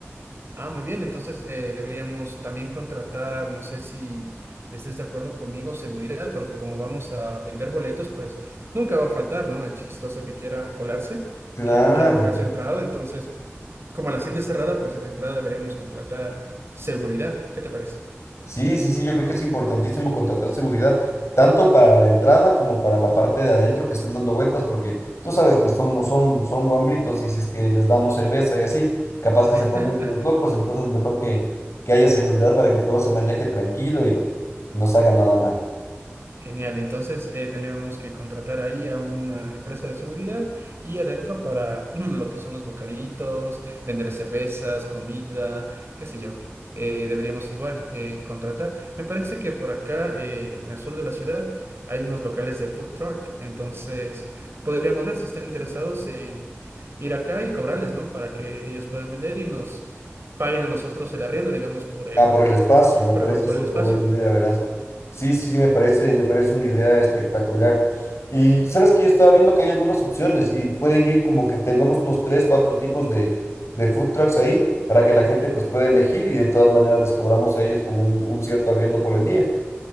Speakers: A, on the right; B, on the left.
A: Ah, muy bien, entonces eh, deberíamos también contratar, no sé si estés de acuerdo conmigo, seguridad, porque como vamos a vender boletos, pues nunca va a faltar, ¿no? El chistoso que quiera colarse,
B: Claro.
A: que no quiera pagar su entrada, entonces como la hacienda es cerrada, pues en la entrada deberíamos contratar seguridad, ¿qué te parece?
B: Sí, sí, sí, yo creo que es importantísimo contratar seguridad, tanto para la entrada como para la parte de adentro que están dando vueltas, porque tú sabes, pues somos, son, son guambritos y si es que les damos cerveza y así, capaz que se ponen
A: <laughs>
B: los locos, entonces mejor que, que haya seguridad para que todo se maneje tranquilo y no salga nada mal.
A: Genial, entonces eh, tenemos que contratar ahí a una empresa de seguridad y adentro para <clears throat> lo que son los bocaditos, vender cervezas, comida, qué sé yo. Eh, deberíamos igual eh, contratar. Me parece que por acá, eh, en el sur de la ciudad, hay unos locales de food truck, entonces podríamos ver si están interesados en ir acá y cobrarles, ¿no? Para que ellos puedan vender y nos paguen a nosotros el arriendo, digamos, por el,
B: Ah, por el espacio, me
A: por
B: parece
A: el, por
B: súper
A: el espacio.
B: buena idea, verás. Sí, sí, sí, me parece, me parece una idea espectacular. Y sabes que yo estaba viendo que hay algunas opciones y pueden ir como que tengamos unos tres, cuatro tipos de, de food trucks ahí para que la gente pues pueda elegir y de todas maneras les cobramos a ellos como un, un cierto arriendo por el día.